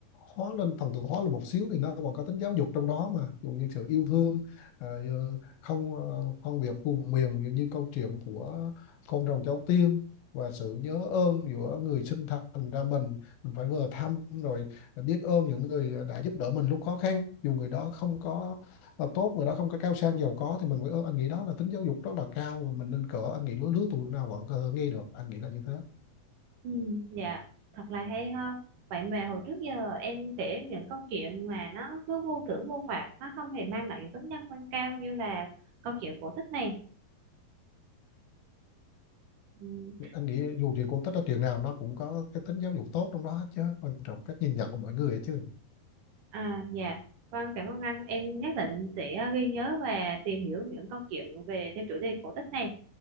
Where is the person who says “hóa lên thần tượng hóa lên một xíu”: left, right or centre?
Left